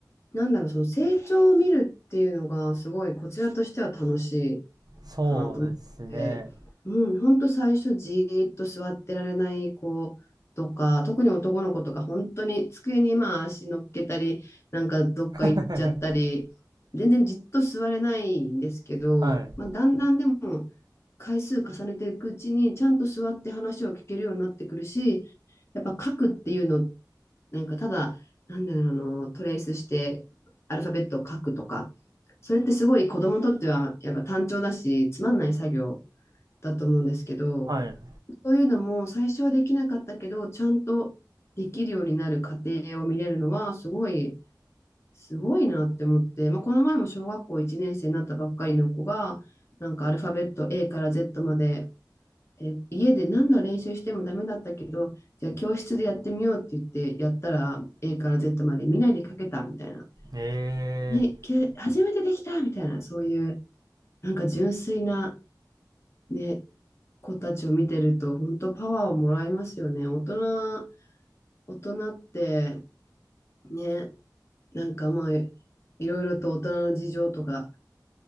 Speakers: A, on the left (about 35°); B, on the right (about 60°).
A: なんだろう、その成長を見るっていうのがすごいこちらとしては楽しい
B: そうですね。
A: かなと思って、うん、ほんと最初じーっと座ってられない子とか、特に男の子とか本当に机にまあ足乗っけたり、なんかどっか行っちゃったり、
B: <laughs>
A: 全然じっと座れないんですけど、
B: はい。
A: まあ、だんだんでも回数重ねていくうちにちゃんと座って話を聞けるようになってくるし、やっぱ書くっていうのなんかただ、なんだろう、あの、トレースしてアルファベットを書くとか、それってすごい子供にとってはやっぱ単調だし、つまんない作業だと思うんですけど、
B: はい。
A: そういうのも最初はできなかったけど、ちゃんとできるようになる過程を見れるのは、すごい、すごいなって思って、まあ、この前も小学校1年生になったばっかりの子が、なんかアルファベット A から Z までえ、家で何度練習してもダメだったけど、じゃあ教室でやってみようって言ってやったら A から Z まで見ないで書けたみたいな。
B: ええー
A: ね、け、初めてできたみたいな、そういうなんか純粋な、ね、子たちを見てると本当パワーをもらいますよね。大人、大人ってね、なんかまあいろいろと大人の事情とか